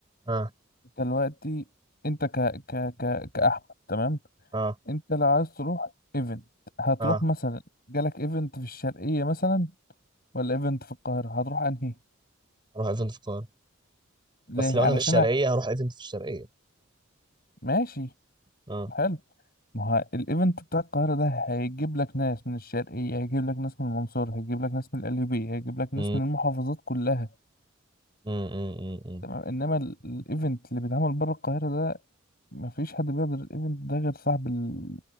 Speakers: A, on the right; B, on the left.
A: اه
B: انت دلوقتي انت ك ك ك كأحمد تمام
A: اه
B: انت لو عايز تروح ايفنت هتروح
A: اه
B: مثلا جالك ايفنت في الشرقية مثلا ولا ايفنت في القاهرة هتروح انهي
A: اروح ايفنت في القاهره
B: ليه
A: بس لو
B: علشان
A: انا مش شرقيه
B: ه-
A: هروح ايفنت في الشرقيه
B: ماشي
A: اه
B: حلو ما هو الايفنت بتاع القاهرة ده هيجيب لك ناس من الشرقية هيجيب لك ناس من المنصورة هيجيب لك ناس من القليوبية هيجيب لك ناس
A: مم.
B: من المحافظات كلها
A: مم. مم. مم. مم.
B: تمام انما ال- الايفنت اللي بيتعمل بره القاهره ده مفيش حد بيقدر الايفنت ده غير صاحب ال...